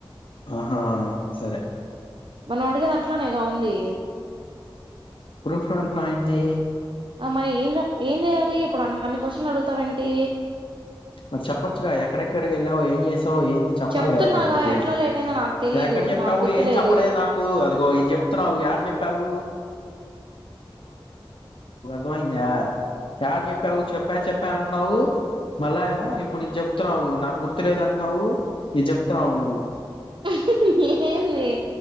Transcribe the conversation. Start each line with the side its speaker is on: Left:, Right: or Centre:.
Left: ఆహా సరే
Right: మనం అడిగేది అట్లానే గా ఉంది
Left: ప్రూఫ్లన్టావేంది
Right: ఆ మరి ఏంద ఏం జెయాలి ఇప్పుడు అన్ని క్వశ్చన్లు అడుగుతావేంటి
Left: మరి చెప్పొచ్చుగా ఎక్కడెక్కడికి ఎళ్ళావ్ ఏం జేసావ్ ఏం చెప్పాలి
Right: చెప్తున్నాగా
Left: గా నాకు
Right: ఎట్లా లేట్ అయిందో నాకు తెలీదు
Left: ఎక్కడ చెప్పావు
Right: నాకు గుర్తులేదు
Left: ఏం చెప్పలేదు నాకు అదిగో ఇది చెప్తున్నావు యాడ చెప్పావు <unintelligible> యాడ జెప్పావు చెప్పా చెప్పా అంట్న్నావు మళ్ళా ఏమో ఇప్పుడు ఇది జెప్తున్నావు నాకు గుర్తు లేదంటన్నావు ఇది జెప్తున్నావు నువ్వు
Right: హహహహహ ఏంది